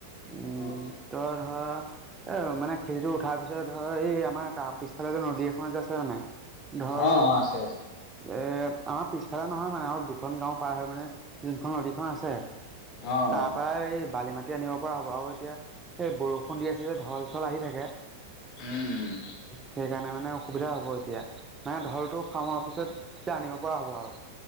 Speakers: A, on the right; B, on the left.
A: উম।
B: অ',
A: তই? অ' এ মানে খেতিটো উঠাৰ পিছত ধৰ এই আমাৰ তাৰ পিছফালে যে নদী এখন যে আছে মানে। ধৰ
B: অ', অ', আছে আছে
A: এ আমাৰ পিছফালে নহয় মানে আৰু দুখন গাও পাৰ হয় মানে যোনখন নদীখন আছে।
B: অ', অ',
A: তাৰ পৰা এই বালি মাটি আনিব পৰা হ'ব, আৰু এতিয়া সেই বৰষুণ দি আছে যে ঢল চল আহি থাকে।
B: উম, উম।
A: সেইকাৰণে মা মানে অসুবিধা হ'ব এতিয়া। মানে ঢলটো খামোৱাৰ পিছত তেতিয়া আনিব পৰা হ'ব আৰু।